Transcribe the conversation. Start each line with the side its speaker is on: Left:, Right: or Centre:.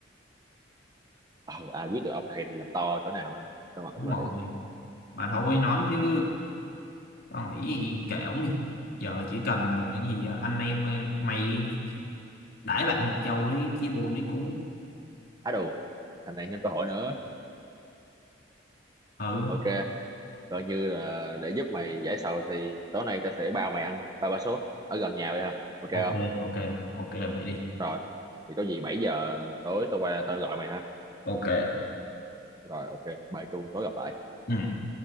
Right: ờ, ai biết được ông thầy này làm to chỗ nào sao mà ổng
Left: đúng rồi
Right: lại
Left: mà thôi
Right: thôi
Left: nói chứ con nghĩ gì kệ ổng đi giờ chỉ cần ờ, cái gì ờ, anh em ờ, mày đãi bạn một chầu đi chia buồn đi cú
Right: á đù thằng này nhân cơ hội nữa
Left: ừ
Right: ok coi như là để giúp mày giải sầu thì tối nay tao sẽ bao mày ăn ba ba sốt ở gần nhà vậy hả ok
Left: ok
Right: không
Left: ok ok vậy đi
Right: rồi thì có gì 7 giờ tối tao qua tao gọi mày ha
Left: ok
Right: rồi ok bye Tru tối gặp lại
Left: ừ